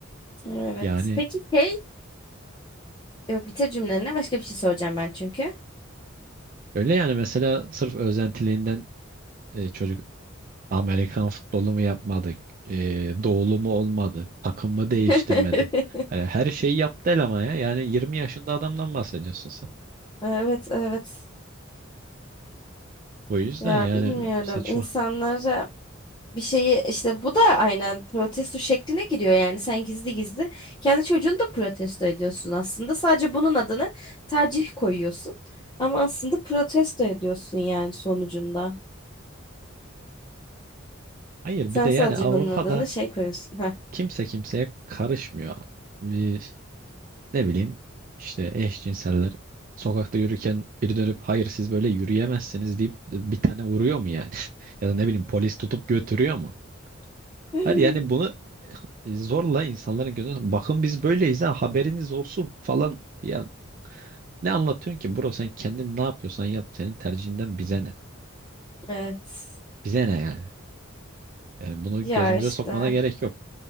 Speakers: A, on the left; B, on the right.
A: Evet.
B: Yani
A: Peki şey yok bitir cümlene başka bir şey soracağım ben çünkü.
B: öyle yani mesela sırf özentiliğinden e, çocuk Amerikan futbolu mu yapmadı, e, doğulu mu olmadı, takım mı değiştirmedi.
A: <laughs>
B: Hani her şeyi yaptı el ama ya. Yani 20 yaşında adamdan bahsediyorsun
A: Evet evet.
B: O yüzden
A: Ya
B: yani
A: bilmiyorum.
B: saçma.
A: İnsanlara bir şeyi işte bu da aynen protesto şekline giriyor yani sen gizli gizli kendi çocuğunu da protesto ediyorsun aslında. Sadece bunun adını tercih koyuyorsun. Ama aslında protesto ediyorsun yani sonucunda.
B: Hayır
A: Sen
B: bir de yani
A: sadece
B: Avrupa'da
A: bunun adını şey koyuyorsun. Ha.
B: kimse kimseye karışmıyor. Bir, ne bileyim işte eşcinseller sokakta yürürken biri dönüp hayır siz böyle yürüyemezsiniz deyip bir tane vuruyor mu yani? <laughs> Ya da ne bileyim polis tutup götürüyor mu?
A: <laughs>
B: Hayır yani bunu e, zorla insanların gözüne bakın biz böyleyiz ha haberiniz olsun falan. Ya ne anlatıyorsun ki bro sen kendin ne yapıyorsan yap senin tercihinden bize ne?
A: Evet.
B: Bize ne yani? Yani bunu
A: Ya
B: gözümüze
A: işte
B: sokmana gerek yok.